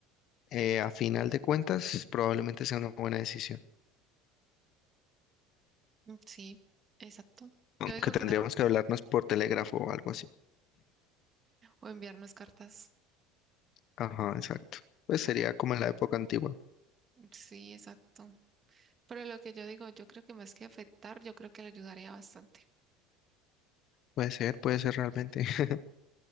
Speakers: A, on the left; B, on the right.
A: eh, a final de cuentas probablemente sea una buena decisión,
B: Mm, Sí, exacto.
A: aunque
B: Yo digo
A: tendríamos
B: que no,
A: que hablarnos por telégrafo o algo así.
B: o enviarnos cartas.
A: Ajá, exacto. Pues
B: Bueno,
A: sería como en la época antigua.
B: sí, exacto. Pero lo que yo digo, yo creo que más que afectar, yo creo que le ayudaría bastante.
A: Puede ser, puede ser realmente. <laughs>